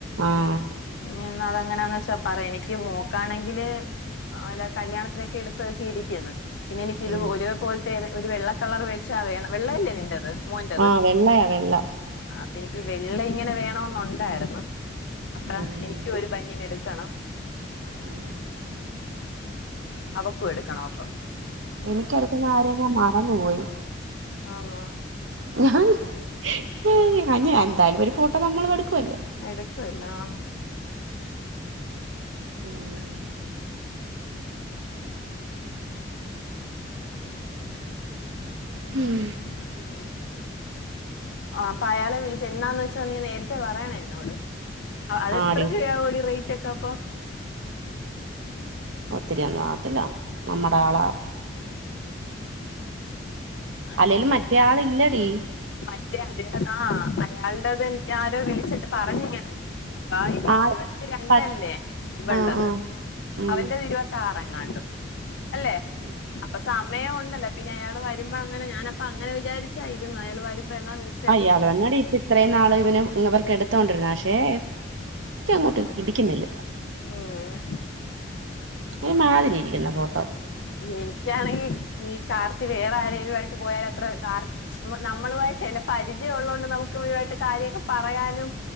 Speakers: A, on the right; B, on the left.
A: ആഹ്
B: ഇനി എന്നാ അത്‌ എങ്ങനാന്ന് വച്ചാ പറയ് എനിക്ക് മോക്കാണെങ്കില് അല്ല കല്യാണത്തിനൊക്കെ എടുത്ത് അത് കീരീക്ക്ന്ന് പിന്നെ എനിക്ക് ഇത്
A: ഉം
B: ഒരേപോൽതേത് ഒരു വെള്ള കളറ് വെച്ചാ വേണ വെള്ള അല്ലേ നിന്റത് മോന്റത്
A: ആഹ് വെള്ളയാ വെള്ള
B: അപ്പ എനിക്ക് ഈ വെള്ള ഇങ്ങനെ വേണോന്നുണ്ടായിര്ന്ന് അപ്പാ
A: ഉം
B: എനിക്കൊരു ബനിയനെടുക്കണം
A: ഉം
B: അവക്കും എടുക്കണം ഒപ്പം
A: എനിക്ക് എട്ക്കുന്ന കാര്യം ഞാൻ മറന്നു പോയി
B: ആന്നോ
A: ഞാൻ <unintelligible> എന്തായലും ഒരു ഫോട്ടോ നമ്മളും എടുക്കുവല്ലോ
B: എടുക്കുവല്ലോ ആഹ്
A: ഉം ഉം
B: <inaudible>
A: ഉം
B: <unintelligible> ആപ്പൊ അയാളെ വിളിച്ചു എന്നാന്ന് വെച്ചാ നീ നേരത്തെ പറയണ എന്നോട് അതെത്ര
A: ആടി
B: രൂപ ആമോസി റേറ്റ് ഒക്കെ അപ്പൊ
A: ഒത്തിരിയന്ന പറത്തില്ല നമ്മുടെ ആളാ
B: ആയിക്കാണേ
A: അല്ലെലും മറ്റേയാള് ഇല്ലടി
B: മറ്റേ അദ്ദേഹ ആഹ് അയാളടത് എനിക്ക് ആരോ വിളിച്ചിട്ട് പറഞ്ഞിങ്ങനെ ബായി
A: ആ
B: ഇരുപത്തിരണ്ടല്ലേ
A: പ
B: ഇവളണ്ടത്
A: ആ ആ ഉം
B: അവൻന്റെത് ഇരുപത്തി താറങ്ങാണ്ടും അല്ലെ
A: ഉം
B: അപ്പൊ സമയം ഉണ്ടല്ലോ പിന്നെ അയാൾ വരുമ്പോ അങ്ങനെ ഞാന അപ്പ അങ്ങനെ വിചാരിച്ചായിരുന്നു അയാൾ വരുമ്പോ എന്നാ വിളി
A: അയാള് തന്നടി ഇപ്പ ഇത്രയും നാള് ഇവനിവർക്ക് എടുത്തോണ്ടിരുന്ന പക്ഷെ ഇനിക്ക് അങ്ങോട്ട് ഇടിക്കുന്നില്ല
B: <unintelligible>
A: ഒരുമാതിരിയിരിക്കുന്നു ഫോട്ടോ
B: എനിക്കാണെങ്കിൽ ഈ കാർത്തി വേറെ ആരേങ്കലും ആയിട്ട് പോയാല അത്ര കാർത്തി നമ്മളുമായിട്ടല്ല പരിചയം ഉള്ളതുകൊണ്ട് നമുക്ക് ഈയായിട്ട് കാര്യമൊക്കെ പറയാനും